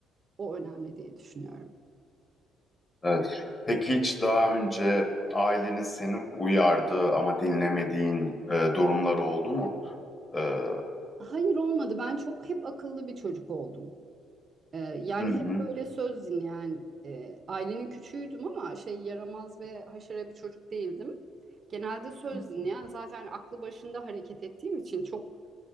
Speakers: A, on the right; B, on the left.
A: O önemli diye düşünüyorum.
B: Evet. Peki hiç daha önce ailenin seni uyardığı ama dinlemediğin e, durumlar oldu mu? Ee,
A: Hayır olmadı. Ben çok hep akıllı bir çocuk oldum. Ee, yani
B: hı
A: hep böyle söz dinleyen e, ailenin küçüğüydüm ama şey yaramaz ve haşere bir çocuk değildim. Genelde söz
B: hı.
A: dinleyen zaten aklı başında hareket ettiğim için çok